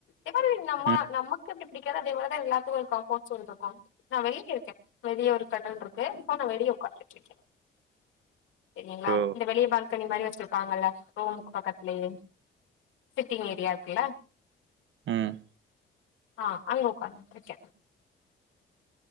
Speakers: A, on the left; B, on the right.
A: அதுமாரி எங்க அம்மா
B: ம்
A: நமக்கு எப்டி புடிக்காதோ அது மாரிதா எல்லாத்துக்கு இருக்கு <unintelligible> நா வெளிய இருக்கே வெளியே ஒரு <unintelligible> இருக்கு இப்போ நா வெளியே உக்கான்ட்டு இருக்கே தெரியுங்க்ளா
B: ஓ
A: இந்த வெளியே பால்கனி மாதிரி வச்சிருப்பாங்கல்ல ரூமுக்கு பக்கத்துலயே சிட்டிங் ஏரியா இருக்குல
B: ம்
A: ஆ அங்க ஒக்காந்துட்ருக்க